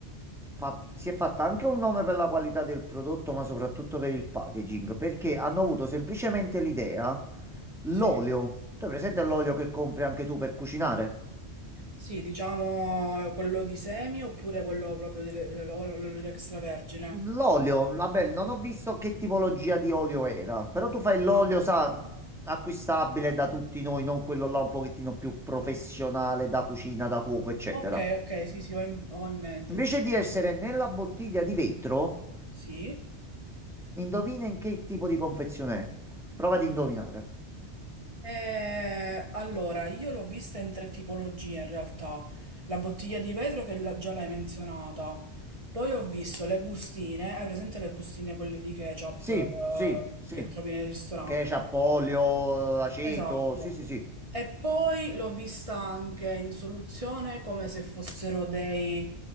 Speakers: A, in the centre; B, on the right.
A: fa- si è fatta anche un nome per la qualità del prodotto, ma soprattutto per il packaging, perché hanno avuto semplicemente l'idea, l'olio,
B: sì.
A: tu hai presente l'olio che compri anche tu per cucinare?
B: Sì, diciamo quello di semi oppure quello proprio delle- dell'olio dell'olio di extravergine.
A: L'olio, vabbè, non ho visto che tipologia di olio era, però tu fai l'olio,
B: Ah,
A: sa, acquistabile da tutti noi, non quello là un pochettino più professionale da cucina, da cuoco, eccetera.
B: ok, ok, sì, sì, ho in, ho in mente.
A: Invece
B: diciamo.
A: di essere nella bottiglia di vetro,
B: Sì.
A: indovina in che tipo di confezione è. Prova ad indovinare.
B: Eh, allora, io l'ho vista in tre tipologie in realtà. La bottiglia di vetro che la- già l'hai menzionata. Poi ho visto le bustine, hai presente le bustine quelle di ketchup
A: Sì,
B: eh,
A: sì, sì.
B: che trovi nei ristoranti?
A: Ketchup, olio, aceto,
B: Esatto.
A: sì, sì, sì.
B: E poi l'ho vista anche in soluzione come se fossero dei